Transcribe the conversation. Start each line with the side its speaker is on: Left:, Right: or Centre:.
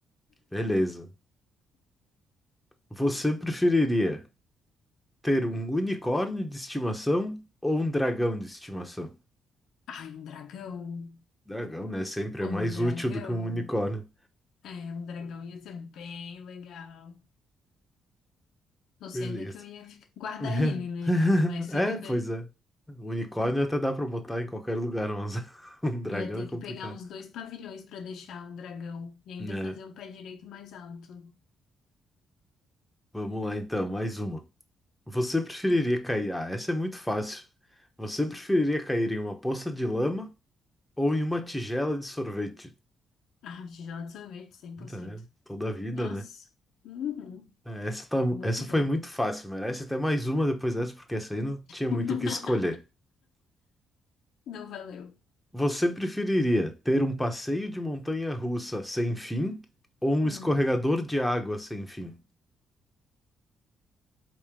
Centre: Beleza. Você preferiria ter um unicórnio de estimação ou um dragão de estimação?
Left: Ai, um dragão.
Centre: Dragão, né? Sempre
Left: Um
Centre: é mais
Left: dragão.
Centre: útil do que um unicórnio.
Left: É, um dragão ia ser bem legal. Não sei
Centre: Beleza.
Left: onde é que eu ia ficar- guardar
Centre: <laughs>
Left: ele, né? Mas
Centre: É,
Left: tudo
Centre: pois
Left: bem.
Centre: é. Unicórnio até dá pra botar em qualquer lugar, mas <laughs> um dragão
Left: Ia ter
Centre: é complicado.
Left: que pegar uns dois pavilhões pra deixar o dragão e ainda
Centre: Né?
Left: fazer um pé direito mais alto.
Centre: Vamos lá então, mais uma. Você preferiria cair? Ah, essa é muito fácil. Você preferiria cair em uma poça de lama ou em uma tigela de sorvete?
Left: Ah, tigela de sorvete, cem
Centre: Puta,
Left: por cento.
Centre: É, toda a vida,
Left: Nossa,
Centre: né?
Left: uhum,
Centre: É, essa, tá-
Left: muito
Centre: essa
Left: bom.
Centre: foi muito fácil. Merece até mais uma depois dessa, porque essa aí não tinha
Left: <laughs>
Centre: muito o que escolher.
Left: Não valeu.
Centre: Você preferiria ter um passeio de montanha-russa sem fim ou um
Left: Hum,
Centre: escorregador de água sem fim?